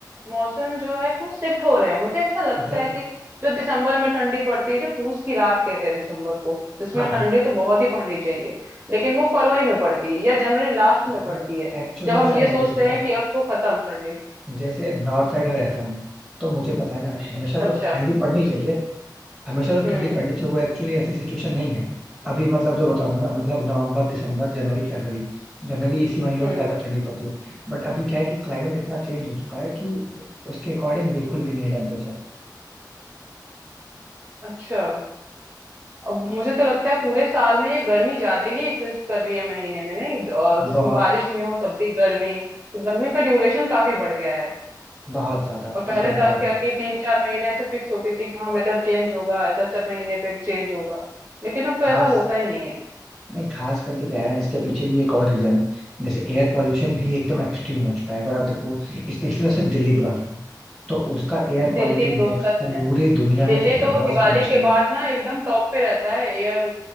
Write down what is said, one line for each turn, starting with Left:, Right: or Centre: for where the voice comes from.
Right: मौसम जो है कि वो शिफ्ट हो रहे हैं मुझे ऐसा लगता
Centre: अगर
Right: है कि जो दिसंबर में ठंडी पड़ती है जो पूस की रात कहते हैं दिसंबर को जिसमें
Centre: हाँ हाँ
Right: ठंडी तो बहुत ही पड़नी चाहिए लेकिन वो फरवरी में पड़ती है या जनवरी लास्ट में पड़ती
Centre: बट
Right: है
Centre: एक्चुअल
Right: जब
Centre: में
Right: हम
Centre: ऐसा
Right: ये
Centre: नहीं
Right: सोचते
Centre: है देखो क्या
Right: हैं
Centre: है
Right: कि अब तो खत्म ठंडी
Centre: जैसे नॉर्थ साइड में रहता हूँ मैं तो मुझे पता है ना हमेशा
Right: अच्छा
Centre: तो ठंडी पड़नी चाहिए हमेशा तो
Right: हम्म
Centre: ठंडी पड़नी चाहिए वो एक्चुअली ऐसी सिचुएशन नहीं है अभी मतलब जो बताऊं ना मतलब नवंबर दिसंबर जनवरी फरवरी जनरली इसी महीनों
Right: हम्म
Centre: में ज्यादा ठंडी पड़ती है बट अभी क्या है कि क्लाइमेट इतना चेंज हो चुका है कि उसके अकॉर्डिंग बिल्कुल भी नहीं है टेम्परेचर
Right: अच्छा अब मुझे तो लगता है पूरे साल में ये गर्मी ज्यादा ही एग्जिस्ट कर रही है महीने में नहीं अ,
Centre: बहुत
Right: जिसमें बारिश भी हो तब भी गर्मी तो गर्मी का ड्यूरेशन काफी बढ़ गया है
Centre: बहुत ज्यादा
Right: और पहले
Centre: इनफैक्ट
Right: तक
Centre: बहुत ज्यादा
Right: क्या कि तीन चार महीने ऐसे फिक्स होती थी कि हाँ वेदर चेंज होगा चार चार महीने पे चेंज होगा लेकिन अब तो
Centre: खास
Right: ऐसा होता ही नहीं है
Centre: नहीं खास करके क्या है ना, इसके पीछे भी एक और रीजन है जैसे एयर पॉल्यूशन भी एकदम एक्सट्रीम हो चुका है अगर आप देखो स्पेशली सिर्फ दिल्ली की बात करें तो उसका एयर
Right: दिल्ली
Centre: क्वालिटी इंडेक्स
Right: तो सच
Centre: पूरे
Right: में
Centre: दुनिया
Right: दिल्ली
Centre: में सबसे
Right: तो दिवाली
Centre: वर्स्ट कंडीशन
Right: के
Centre: में
Right: बाद
Centre: है
Right: ना एकदम टॉप पे रहता है एयर